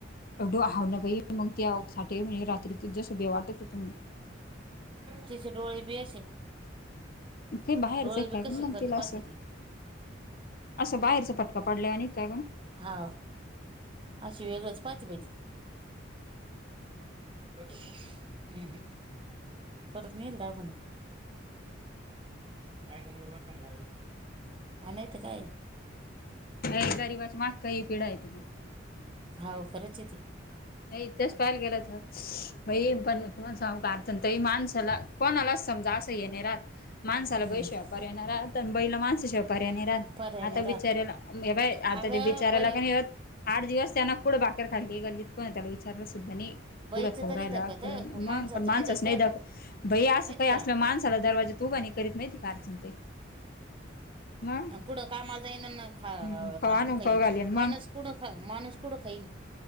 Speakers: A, on the left; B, on the right.
A: एवढ आह नाई मग त्या साठ म्हणे रात्री त जसोभे वाटत होत
B: ते डोळे ब असे
A: काही बाहेरचं
B: डोळे
A: आहे काय
B: बी
A: गं
B: कसे
A: मग
B: करन
A: तिला
B: पाह
A: असं
B: ती
A: असं बाहेरचा पटका पडला आणि काय का
B: हा अशी वेगळंच पाहात पाहिती हम् परत नल दवाखान्यात काय तरील तुला हा नाहीत काय
A: नाही गररीबाची माग का ही पिढा आहे त का
B: हो खरंच ते
A: नाही तेच पहायला गेलं तर पण तमण सांग का प तही माणसाला कोणालाच समजा असं येणे राहात माणसाला बैश्यापार
B: हम्म
A: येणार राहात बैला माणसं शेवपारी्या आणि रा
B: पर्याय
A: आता
B: नाही राहत
A: बिचार्याला बा आता
B: अगं
A: ते बिचाराला
B: बाई
A: पण आठ दिवस त्यांन कुठं भाकर खाली गल्लीत कोण त्याला विचारलं सुद्धा नाही क
B: बाईचं
A: पुढं खवरायला
B: तरी धकत
A: पुढ मग
B: माणसाचं
A: पण माणसच
B: धकत
A: नाही द भई असं
B: माहिती
A: काय
B: का
A: असल्या माणसाला दरवाजा तुबाा नाही करीत माहिती का अर्चण ते मग
B: कुडं कामाल जा येईन खापून
A: हम्म खाऊ आणून
B: काहीन
A: खाऊ घालीन मग
B: मन कुठं खा माणूस कुठं खाईन